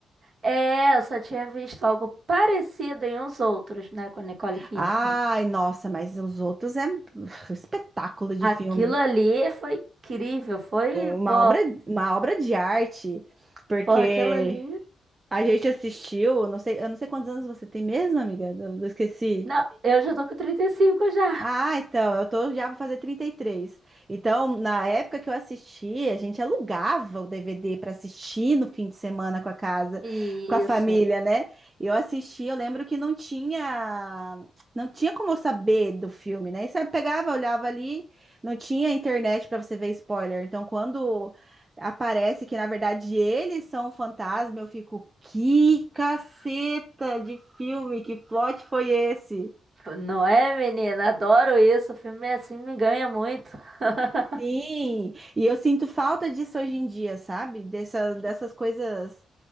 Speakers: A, on the right (about 40°); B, on the right (about 20°).
A: É, eu só tinha visto algo parecido em Os Outros, né? Com a Nicole Kidman.
B: Ai, nossa, mas os outros é um espetáculo de
A: Aquilo
B: filme.
A: ali foi incrível, foi,
B: uma
A: pô,
B: obra, uma obra de arte, porque
A: pô, aquilo ali.
B: a gente assistiu, eu não sei, eu não sei quantos anos você tem mesmo, amiga, eu esqueci.
A: Não, eu já tô com 35 já.
B: Ah, então, eu tô, já vou fazer 33. Então, na época que eu assisti, a gente alugava o DVD para assistir no fim de semana com a casa,
A: Isso.
B: com a família, né? E Eu assisti, eu lembro que não tinha, não tinha como eu saber do filme, né? E você pegava, olhava ali, não tinha internet para você ver spoiler. Então, quando aparece que na verdade eles são o fantasma, eu fico, que caceta de filme, que plot foi esse?
A: Não é, menina? Adoro isso. O filme assim me ganha muito. <laughs>
B: Sim, e eu sinto falta disso hoje em dia, sabe? Dessa, dessas coisas